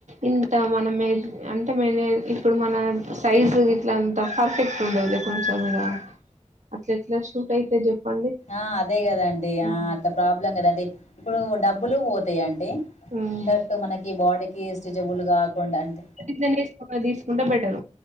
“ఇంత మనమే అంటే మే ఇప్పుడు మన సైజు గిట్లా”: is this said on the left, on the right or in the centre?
Right